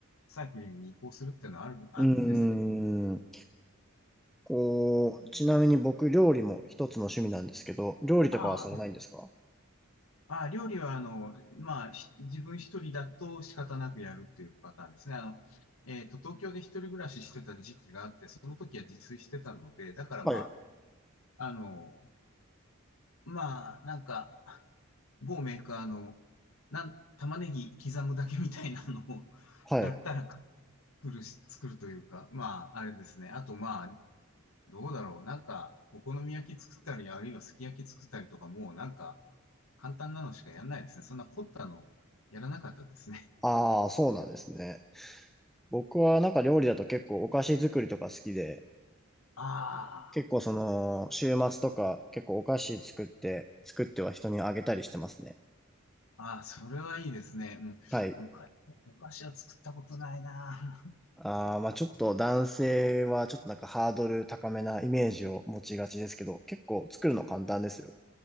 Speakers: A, on the left; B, in the centre.
A: サイクリングに移行するっていうのはある、あるんですけど、
B: うーこう、ちなみに僕、料理も一つの趣味なんですけど、料理とかはされないんですか
A: ああ、はい。ああ、料理はあの、まあ、ひ自分一人だと仕方なくやるっていうパターンですね。あの、えっと、東京で一人暮らししてた時期があって、その時は自炊してたので、だからま
B: はい。
A: あ、あの、まあ、なんか、某メーカーの、なん、玉ねぎ刻むだけみたいなのを <laughs>
B: はい。
A: だったら作るし、作るというか、まあ、あれですね。あと、まあ、どうだろう。なんか、お好み焼き作ったり、あるいはすき焼き作ったりとか、もうなんか、簡単なのしかやんないですね。そんな凝ったの、やらなかったですね。
B: ああ、そうなんですね。僕はなんか料理だと結構お菓子作りとか好きで、
A: あ
B: 結構その、週末とか結構お菓子作って、作っては人にあげたりしてますね。
A: あ、ああ、それはいいですね。う
B: はい。
A: ん。お菓、お菓子は作ったことないな。
B: ああ、まあちょっと男性はちょっとなんかハードル高めなイメージを持ちがちですけど、結構作るの簡単ですよ。